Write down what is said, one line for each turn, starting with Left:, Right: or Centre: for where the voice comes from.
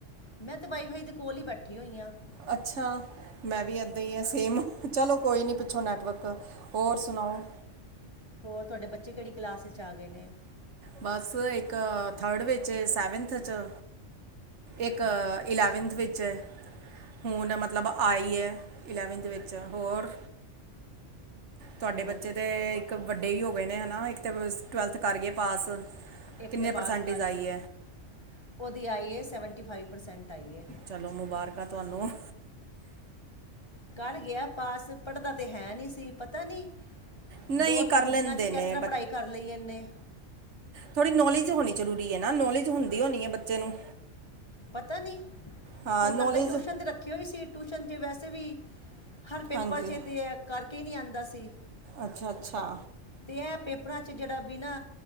Left: ਮੈਂ ਤੇ ਵਾਈਫਾਈ ਦੇ ਕੋਲ ਹੀ ਬੈਠੀ ਹੋਈ ਹਾਂ।
Right: ਅੱਛਾ। ਮੈਂ ਵੀ ਇੱਦਾਂ ਹੀ ਹਾਂ ਸੇਮ ਚਲੋ ਕੋਈ ਨਹੀਂ ਪਿੱਛੋਂ ਨੈਟਵਰਕ ਹੋਰ ਸੁਣਾਓ।
Left: ਹੋਰ ਤੁਹਾਡੇ ਬੱਚੇ ਕਿਹੜੀ ਕਲਾਸ 'ਚ ਆ ਗਏ ਨੇ।
Right: ਬਸ ਇੱਕ ਥਰਡ ਵਿੱਚ ਸੈਵਨਥ 'ਚ। ਇੱਕ
Left: ਅੱਛਾ ਅੱਛਾ
Right: ਇਲੈਵਨਥ ਵਿੱਚ ਹੈ। ਹੁਣ ਮਤਲਬ ਆਈ ਹੈ ਇਲੈਵੰਥ ਵਿੱਚ ਹੋਰ‌। ਤੁਹਾਡੇ
Left: ਉਹ
Right: ਬੱਚੇ
Left: ਤੁਸ
Right: ਤੇ ਇੱਕ ਵੱਡੇ ਹੀ ਹੋ ਗਏ ਨੇ ਹੈ ਨਾ ਇੱਕ ਤਾਂ ਟਵੈਲਥ ਕਰ ਗਏ ਪਾਸ।
Left: ਇੱਕ
Right: ਕਿੰਨੇ
Left: ਤੇ ਪਾਸ
Right: ਪਰਸੈਂਟੇਜ
Left: ਕਰ
Right: ਆਈ
Left: ਗਿਆ ਹੈ। ਉਹਦੀ ਆਈ ਏ ਸੈਵੈਂਟੀ ਫਾਈਵ ਪਰਸੈਂਟ ਆਈਏ।
Right: ਚਲੋ ਮੁਬਾਰਕਾਂ ਤੁਹਾਨੂੰ।
Left: ਕਰ ਗਿਆ ਪਾਸ ਪੜ੍ਹਦਾ ਤੇ ਹੈ ਨਹੀਂ ਸੀ ਪਤਾ ਨਹੀਂ।
Right: ਨਹੀਂ
Left: ਦੋ
Right: ਕਰ
Left: ਤਿੰਨ
Right: ਲੈਂਦੇ
Left: ਦਿਨਾਂ 'ਚ ਕਿਸ
Right: ਨੇ
Left: ਤਰ੍ਹਾਂ ਪੜ੍ਹਾਈ ਕਰ ਲਈ ਇਹਨੇ।
Right: ਥੋੜ੍ਹੀ ਨੌਲੇਜ ਹੋਣੀ ਜ਼ਰੂਰੀ ਹੈ ਨਾ ਨੌਲੇਜ ਹੁੰਦੀ ਹੋਣੀ ਹੈ ਬੱਚੇ ਨੂੰ
Left: ਪਤਾ ਨੀ
Right: ਹਾਂ
Left: ਔ
Right: ਨੌਲੇਜ
Left: ਕਰਦੇ ਟੂਸ਼ਨ ਤੇ ਰੱਖੀ ਹੋਈ ਸੀ ਟੂਸ਼ਨ ਚ ਵੈਸੇ ਵੀ ਹਰ ਪੇਪਰ
Right: ਹਾਂਜੀ
Left: ਚ ਤੇ ਐ ਕਰਕੇ ਨੀ ਆਦਾ ਸੀ।
Right: ਅੱਛਾ, ਅੱਛਾ।
Left: ਤੇ ਐ ਪੇਪਰਾਂ ਚ ਜੇੜਾ ਬੀ ਨਾਂ